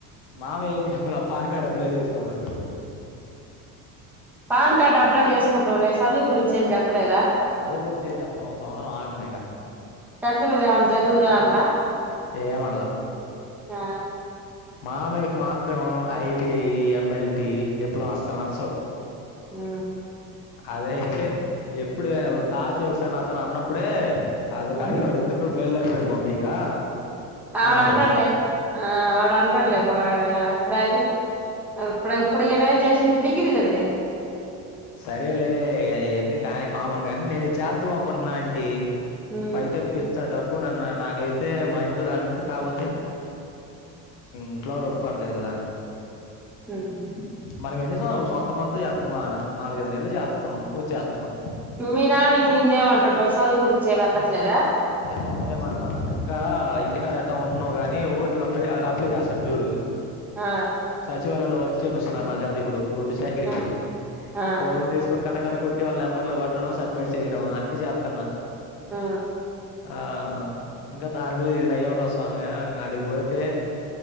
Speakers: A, on the left; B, in the centre.
A: మామ ఏం చెప్పాలా పాన్ కార్డు అప్లై చేసుకోమండు.
B: పాన్ కార్డ్ అప్లై చేసుకుంటువులే, చదువు గురించి ఏం చెప్పలేదా?
A: చదువు గురించి ఏం చెప్పలా ఒక సంవత్సరం ఆగటమేగా.
B: టెన్త్ మీద ఎమన్నా చదువురా అన్లా
A: ఏమనలా
B: ఆ
A: మామయ్యకి మాత్రం ఐటిఐ, ఎమ్ఎల్టి, డిప్లమా అస్సలు నచ్చవు.
B: ఆ
A: అదయితే ఎప్పుడే తాతయ్య ఒకసారి నాతోని అన్నప్పుడే అది
B: ఆ
A: కాడు
B: ఆ
A: వాడు ఎందుకు బేల్దారికి పోయి పంపికా.
B: ఆడు
A: అన్నాడు
B: అంటడులే ఆ వాడు అంటడులే వా ఎప్పుడయింది ఆ ఇప్పుడ ఇప్పుడు ఈయన ఏం చేశిండు డిగ్రీ చదివి.
A: సరేలే అయన్నీ కాని కామన్ కానీ నేను ఇది చేద్దాం అనుకుంటున్నా అంటీ.
B: చదివి
A: బయట పిచ్చా డబ్బు నన్ను నాకైతే మైండు దాని మీద కాక్పోతే ఇంట్లో వాళ్ళు ఒప్పుకోవట్లేదు కదా అని
B: ఉహ్
A: మనం ఎన్ని సం సంవత్సరం అంతా చేత్తమా, నాలుగైదు నెలలు చేత్తం వచ్చేత్తాం.
B: మీ నాన్న నిన్నేమంటట్లు చదువు గురించి ఏమి ఎత్తట్లేదా
A: వవరేమట్లానన్న ఇంకా ఇంటికాడ ఎట్టా ఉంటున్నావు కాని ఓట్లు అప్లై అప్లై చేస్తారు చూడు
B: ఆ
A: సచివాలయంలో వర్క్ చేపిస్తున్నారు నా జాతి ఇప్పుడు గొడ్డు చాకరీ
B: ఆ ఆ
A: ఫోన్ తీసుకొని కట్టకట్ట కొట్టి వాళ్ళ నెంబర్లు కొట్టడం సబ్మిట్ చేయడం అన్ని చేత్తన్నా
B: ఆ
A: ఆ ఇంకా దాని మీద ఇది నయం రా స్వామి అడిపోతే